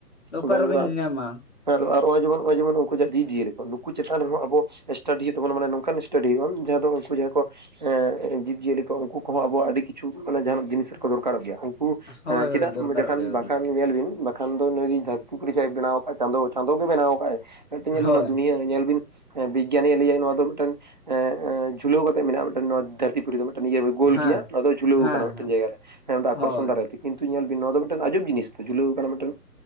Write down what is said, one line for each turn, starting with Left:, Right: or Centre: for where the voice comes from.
Left: ᱚᱠᱟ
Right: ᱰᱟᱝᱨᱟ
Left: ᱨᱮᱵᱮᱱ ᱧᱟᱢᱟ
Right: ᱟᱨ ᱱᱚᱜᱼᱚᱭ ᱡᱮᱢᱚᱱ ᱱᱚᱜᱼᱚᱭ ᱡᱮᱢᱚᱱ ᱩᱱᱠᱩ ᱡᱤᱵᱽ ᱡᱤᱭᱟᱹᱞᱤ ᱠᱚ, ᱱᱩᱠᱩ ᱪᱮᱛᱟᱱ ᱨᱮ ᱦᱚᱸ ᱟᱵᱚ ᱮᱥᱴᱟᱰᱤ ᱦᱩᱭᱩᱜ ᱛᱟᱵᱚᱱ ᱢᱟᱱᱮ ᱱᱚᱝᱠᱟᱱ ᱥᱴᱟᱰᱤ ᱦᱩᱭᱩᱜᱼᱟ ᱡᱟᱸᱦᱟ ᱫᱚ ᱩᱱᱠᱩ ᱡᱟᱸᱦᱟ ᱠᱚ᱾ ᱮᱸ ᱡᱤᱵᱽ ᱡᱤᱭᱟᱹᱞᱤ ᱠᱚ ᱩᱱᱠᱩ ᱠᱚᱸᱦᱚᱸ ᱦᱮᱸ ᱡᱤᱵᱽᱡᱤᱭᱟᱹᱞᱤ ᱠᱚ ᱟᱵᱚᱣᱟᱜ ᱟᱹᱰᱤ ᱠᱤᱪᱷᱩ ᱢᱟᱱᱮ ᱡᱟᱦᱟᱸᱱᱟᱜ ᱡᱤᱱᱤᱥ ᱨᱮᱠᱚ ᱫᱚᱨᱠᱟᱨᱚᱜ ᱜᱮᱭᱟ᱾ ᱩᱸ,
Left: ᱦᱳᱭ ᱦᱳᱭ
Right: ᱪᱮᱫᱟᱜ
Left: ᱫᱚᱨᱠᱟᱨᱚᱜ
Right: ᱡᱟᱠᱷᱟᱱ
Left: ᱜᱮᱭᱟ ᱜᱚᱝᱠᱮ
Right: ᱵᱟᱠᱷᱟᱱ ᱧᱮᱞ ᱵᱤᱱ ᱵᱟᱠᱷᱟᱱ ᱫᱚ ᱱᱩ ᱯᱩᱠᱷᱨᱤ ᱪᱟᱭ ᱵᱮᱱᱟᱣ ᱟᱠᱟᱫᱼᱟ ᱪᱟᱸᱫᱚ ᱪᱟᱸᱫᱳ ᱜᱮ ᱵᱮᱱᱟᱣ ᱟᱠᱟᱫ ᱟᱭ ᱢᱤᱫᱴᱮᱱ
Left: ᱦᱳᱭ,
Right: ᱧᱮᱞ ᱵᱮᱱ ᱫᱩᱱᱤᱭᱟᱹ ᱧᱮᱞ ᱵᱤᱱ ᱵᱤᱜᱽᱜᱟᱱᱤ ᱮ ᱞᱟᱹᱭᱟᱭ ᱱᱚᱣᱟ ᱫᱚ ᱢᱤᱫᱴᱮᱱ ᱮᱸ ᱡᱷᱩᱞᱟᱹᱣ ᱠᱟᱛᱮᱜ ᱢᱮᱱᱟᱜᱼᱟ ᱢᱤᱫᱴᱟᱝ ᱫᱷᱟᱹᱨᱛᱤ ᱯᱩᱨᱤ ᱫᱚ ᱱᱤᱭᱟᱹ ᱜᱳᱞ
Left: ᱦᱮᱸ,
Right: ᱜᱮᱭᱟ ᱚᱱᱟ ᱫᱚ ᱡᱷᱩᱞᱟᱹᱣ
Left: ᱦᱮᱸ,
Right: ᱠᱟᱱᱟ ᱢᱤᱫᱴᱟᱝ
Left: ᱦᱮᱸ,
Right: ᱡᱟᱭᱜᱟ ᱨᱮ
Left: ᱦᱳᱭ,
Right: ᱟᱠᱚᱨᱥᱚᱱ ᱫᱟᱲᱮ ᱠᱤᱱᱛᱩ ᱧᱮᱞ ᱵᱤᱱ ᱱᱚᱣᱟ ᱫᱚ ᱢᱤᱫᱴᱮᱱ ᱟᱸᱡᱚᱵ ᱡᱤᱱᱤᱥ ᱡᱷᱩᱞᱟᱹᱣ ᱠᱟᱱᱟ ᱢᱤᱫᱴᱮᱱ